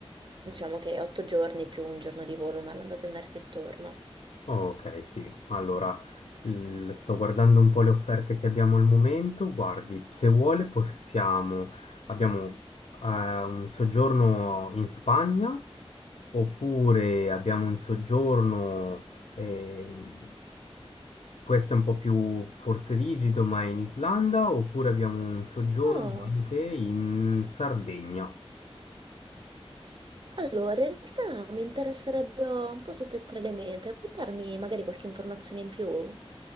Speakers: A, on the right; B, on the left.
A: diciamo che otto giorni più un giorno di volo, una all'andata e una al ritorno.
B: Ok, sì. Allora, l- sto guardando un po' le offerte che abbiamo al momento. Guardi, se vuole possiamo... Abbiamo eh, un soggiorno in Spagna, oppure abbiamo un soggiorno, eh, questo è un po' più forse rigido, ma è in Islanda, oppure abbiamo un soggiorno
A: Oh.
B: anche in Sardegna.
A: Allora, in realtà mi interesserebbero un po' tutte e tre le mete, può darmi magari qualche informazione in più?